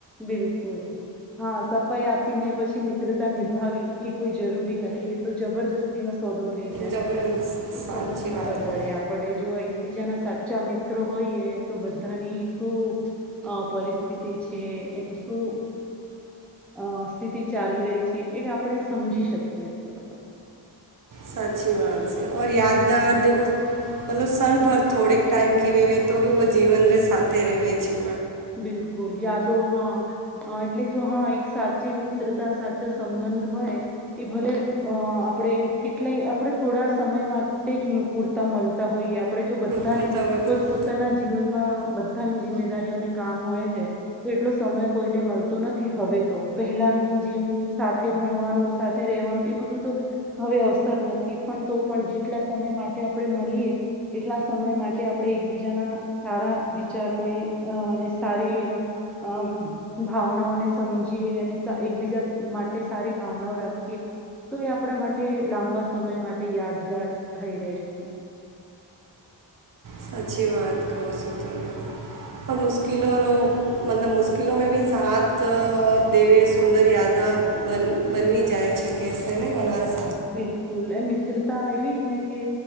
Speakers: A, in the centre; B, on the right (about 50°).
A: બિલકુલ. હન સફાઈ આપીને પછી મિત્રતા નિભાવી, એ કોઈ જરૂરી નથી. એ તો જબરદસ્તી નો સોદો થઈ જાય.
B: જબ
A: એ
B: સાચી
A: સોદો ના
B: વાત
A: પરવડે.
B: કહો
A: આપડે જો એકબીજાના સાચા મિત્રો હોઈએ, તો બધાની શું અ પરિસ્થિતિ કે એનું શું અ સ્થિતિ ચાલી રહી છે, એ આપડે સમજી શકીએ અત્યારે.
B: સાચી વાત છે. ઓર યાદગાર દેખો મતલબ શણ ભર થોડેક ટાઈમ કે વેવે તો ભી વો જીવન રે સાથે રેવે છે.
A: બિલકુલ. યાદો હન અ એટલે જો હન એક સાચી મિત્રતા સાચા સંબંધ હોય. એ ભલે અ આપડે કેટલે આપડે થોડા સમય માટે જ પૂરતા મલતા હોય આપડે જો બધાને
B: પૂરતા વખત
A: પોત-પોતાના જીવનમાં બધાની જિમ્મેદારીઓને કામ હોય છે. તો એટલો સમય કોઈને મલતો નથી હવે તો. પહેલાની જેમ સાથે ભણવાનું, સાથે રહેવાનું એ બધું તો હવે અવસર નથી. પણ તો પણ જેટલા સમય માટે આપડે મલીએ, એટલા સમય માટે આપડે એકબીજાના સારા વિચારોને અ સારી અમ ભાવનાઓને સમજીએ અને એકબીજા માટે સારી ભાવનાઓ રાખીએ. તો એ આપડા માટે લાંબા સમય માટે યાદગાર થઈ રહે છે.
B: સાચી વાત કોશો તમે. ઓર મુશ્કિલોરો મતલબ મુશ્કલો મે ભી સાથ ઓર દેવે સુંદર યાદવ બન બનવી જાય છે કે શે ને બનારસ
A: બિલકુલ! એ મિત્રતા એવી ને કે